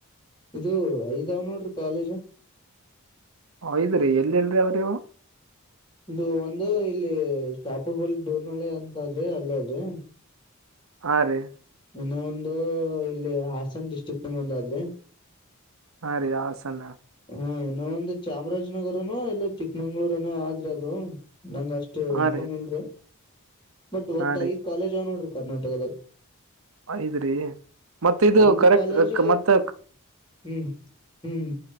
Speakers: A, on the left; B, on the right.
A: ಇದು ಐದಾವ್ ನೋಡ್ರಿ ಕಾಲೇಜ
B: ಹ ಇದದ್ರೀ ಎಲ್ಲಿಲ್ರಿರಿ ಅವ್ರಿವು
A: ಇದು ಒಂದು ಇಲ್ಲಿ ಶಾಪೂರ ಬಳಿ ಡೋರ್ನಳೆ ಅಂತ ಆದ್ರಿ ಅಲ್ಲೇ ಆದ್ರಿ
B: ಹಾ ರೀ
A: ಇನ್ನ ಒಂದು ಇಲ್ಲಿ ಹಾಸನ್ ಡಿಸ್ಟ್ರಿಕ್ ನಿ ಒಂದ ಆದ್ರಿ
B: ಹಾ ರೀ ಹಾಸನ್
A: ಹಾ ಇನ್ನು ಒಂದು ಚಾಮರಾಜನಗರನೋ ಇಲ್ಲ ಚಿಕ್ಕಮಂಗ್ಳೂರನ ಆದ್ರೆ ಅದು ನಂಗ ಅಷ್ಟೇ
B: ಹಾ
A: ಇನ್ಫಾರ್ಮ್
B: ರೀ
A: ಇಲ್ರಿ ಬಟ್ ಒಟ್
B: ಹಾ ರೀ
A: ಐ ಕಾಲೇಜ್ ಅವ ನೋಡ್ರಿ ಕರ್ನಾಟಕದಲ್ಲಿ
B: ಐದ್ರಿ ಮತ್ ಇದು
A: ಐದು
B: ಕರೆಕ್ಟ್
A: ಕಾಲೇಜ್
B: ಮತ್ತ
A: ಹ್ಮ್ ಹ್ಮ್